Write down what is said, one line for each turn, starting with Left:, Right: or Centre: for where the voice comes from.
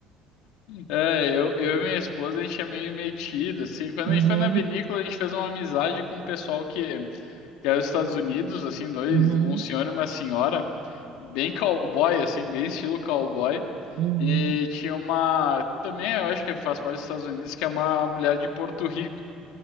Left: É, eu, eu e minha esposa, a gente é meio metido, assim, quando
Right: Uhum,
Left: a gente foi na vinícola, a gente fez uma amizade com um pessoal que, que era dos Estados Unidos, assim, dois,
Right: uhum,
Left: um senhor e uma senhora, bem cowboy, assim, bem estilo cowboy,
Right: uhum.
Left: e tinha uma, também eu acho que faz parte dos Estados Unidos, que é uma mulher de Porto Rico,